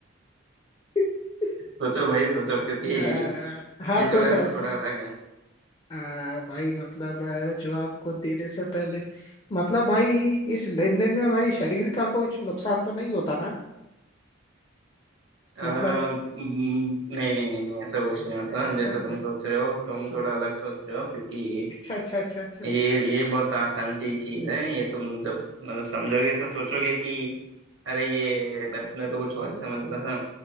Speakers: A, on the left (about 25°); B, on the right (about 65°).
A: <laughs>
B: सोचो भाई सोचो क्योंकि
A: आ, हाँ
B: ये
A: सोच
B: थोड़ा
A: रहा हूँ सर
B: थोड़ा अलग
A: आ, भाई मतलब अ, जो आपको देने से पहले मतलब भाई इस लेन देन में भाई शरीर का कुछ नुकसान तो नहीं होता ना
B: अ, न-
A: मतलब
B: नहीं नहीं नहीं नहीं ऐसा कुछ
A: नहीं
B: नहीं होता
A: नहीं, ऐसा
B: जैसा
A: कुछ
B: तुम सोच रहे हो तुम थोड़ा अलग सोच रहे हो क्योंकि
A: अच्छा अच्छा अच्छा अच्छा
B: ये
A: अच्छा
B: ये बहुत आसान सी चीज है ये तुम जब मतलब समझोगे तो सोचोगे कि अरे ये मैं, मैं तो कुछ और ही समझ रहा था